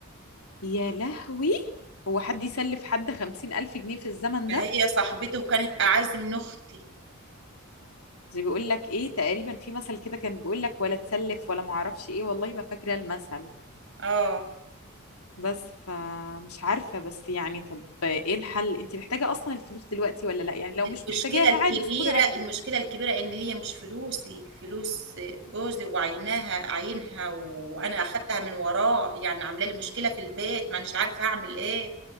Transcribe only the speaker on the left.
يا لهوي هو حد يسلف حد خمسين ألف جنيه في الزمن
ده
زي بيقول لك ايه تقريبا في مثل كده كان بيقول لك ولا تسلف ولا معرفش ايه والله ما فاكرة المثل
بس فمش عارفة بس يعني طب ايه الحل انت محتاجة اصلا الفلوس دلوقتي ولا لا يعني لو
مش محتاجاها
عادي اصبري عليها